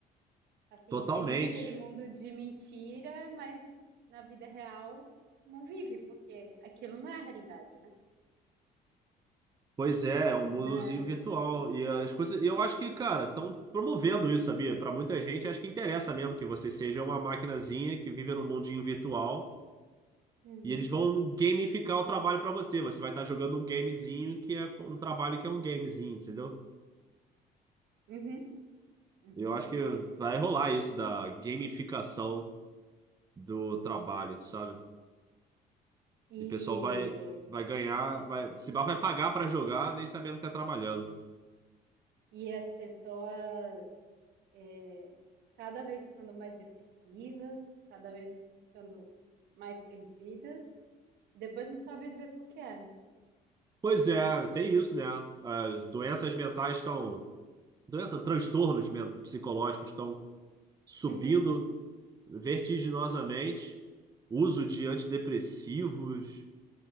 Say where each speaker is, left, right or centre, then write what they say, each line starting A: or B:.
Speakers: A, on the right (about 75°); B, on the right (about 20°).
A: Assim,
B: totalmente.
A: vive aquele mundo de mentira, mas na vida real não vive, porque aquilo não é a realidade, né?
B: Pois é, é um mundozinho
A: Na...
B: virtual. E as coisas. E eu acho que, cara, estão promovendo isso, sabia? Para muita gente, acho que interessa mesmo que você seja uma maquinazinha que vive num mundinho virtual.
A: Uhum,
B: E eles vão gamificar o trabalho para você. Você vai estar jogando um gamezinho que é um trabalho que é um gamezinho, entendeu?
A: uhum, uhum.
B: Eu acho que
A: É triste
B: vai rolar
A: isso.
B: isso da gamificação do trabalho, sabe?
A: E,
B: E o pessoal vai, vai ganhar, vai, se bar vai pagar pra jogar, nem sabendo que tá trabalhando.
A: e as pessoas é, cada vez ficando mais depressivas, cada vez ficando mais perdidas, e depois não sabe dizer por que é, né?
B: Pois é, tem isso, né? As doenças mentais estão, doença, transtornos men- psicológicos estão subindo
A: Uhum,
B: vertiginosamente. Uso de antidepressivos,